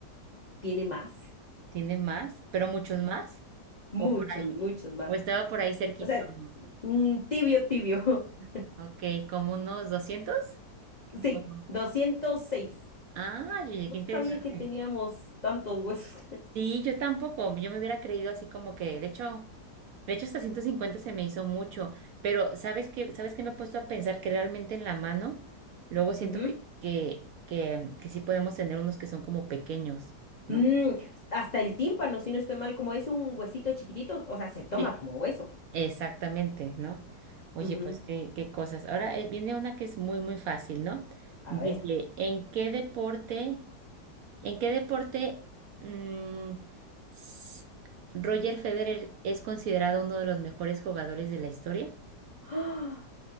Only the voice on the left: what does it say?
tiene más,
sí,
muchos,
muchos más.
O sea,
mm, tibio, tibio. <laughs>
Sí,
doscientos seis
No
sabía que teníamos tantos huesos.
<laughs> Ujú.
Mm, hasta el tímpano, si no estoy mal, como es un huesito chiquitito, o sea, se toma
como hueso.
Ujú.
A
ver.
<gasps> ¡Ah!